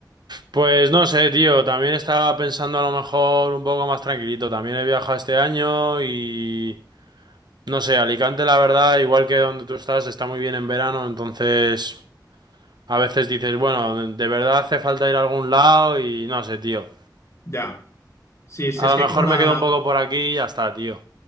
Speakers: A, on the right; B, on the left.
A: Pues no sé, tío, también estaba pensando a lo mejor un poco más tranquilito. También he viajado este año y no sé, Alicante, la verdad, igual que donde tú estás, está muy bien en verano, entonces A veces dices, bueno, de verdad hace falta ir a algún lado y no sé, tío.
B: Ya. Sí, sí,
A: A
B: es
A: lo
B: que
A: mejor
B: hay como la
A: me quedo un poco por aquí y ya está, tío.